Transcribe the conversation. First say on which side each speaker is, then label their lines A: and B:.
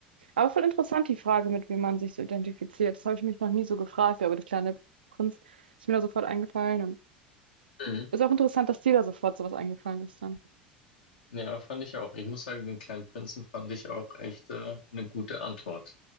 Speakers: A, on the right; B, on the left.
A: Aber voll interessant die Frage, mit wem man sich so identifiziert. Das habe ich mich noch nie so gefragt, aber der kleine Prinz ist mir da sofort eingefallen. Und
B: Mhm.
A: ist auch interessant, dass dir da sofort sowas eingefallen ist dann.
B: Ja, fand ich auch. Ich muss sagen, den kleinen Prinzen fand ich auch echt äh, eine gute Antwort.